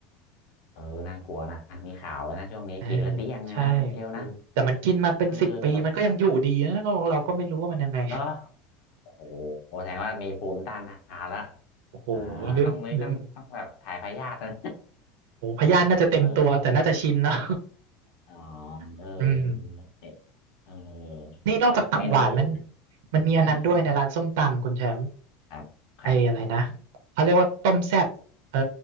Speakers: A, on the left; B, on the right.
A: เออน่ากลัวนะมีข่าวไว้นะช่วงนี้กินแล้วเดี้ยงเลยนะคุณเชลนะ
B: เออใช่โอ้แต่มันกินมาเป็นสิบปีมันก็ยังอยู่ดีนะก็เราก็ไม่รู้ว่ามันยังไง
A: เออเหรอ โอ้โหแสดงว่ามีภูมิต้านทานละ
B: <laughs> โอ้โหลืมลืม
A: อ่าต้องนี่ต้องต้องแบบถ่ายพยาธินะ
B: โอ้โหพยาธิน่าจะเต็มตัวแต่น่าจะชินเนอะ
A: <laughs> เอออ๋อเออ
B: <laughs> อืม
A: เนี่ยเออ
B: นี่นอกจากตับหวานมัน
A: แล้วแบบเมนูอื่นนะ
B: มันมีอันนั้นด้วยในร้านส้มตำคุณแชมป์
A: เออเออครับครับ
B: ไอ้อะไรนะเขาเรียกว่าต้มแซ่บเออ